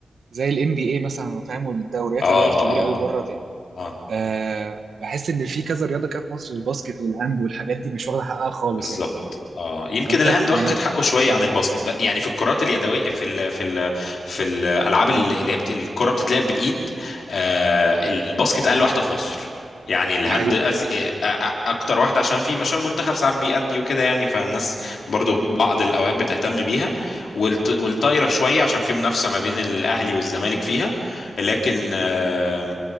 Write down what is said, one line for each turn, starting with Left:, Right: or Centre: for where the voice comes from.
Right: زي ال NBA مثلا فاهم والدوريات
Left: اه
Right: اللي هي الكبيرة
Left: اه
Right: أوي بره دي
Left: اه
Right: أه بحس إن في كذا رياضة كده في مصر الباسكت والهاند والحاجات دي مش واخدة حقها خالص
Left: بالظبط
Right: يعني
Left: اه يمكن
Right: فأنت
Left: الهاند
Right: يعني
Left: واخد حقه شويه عن الباسكت بقى. يعني في الكرات اليدويه في ال في ال في الالعاب اللي هي بت- الكره بتتلعب بالايد آه الباسكت اقل واحده في مصر يعني الهاند
Right: دي حقيقة
Left: أز... آه، آه، اكتر واحده عشان في عشان منتخب ساعات بيأدي وكده يعني فالناس برضو بعض الاوقات بتهتم بيها والت... والطايره شويه عشان في منافسه ما بين الاهلي والزمالك فيها لكن آه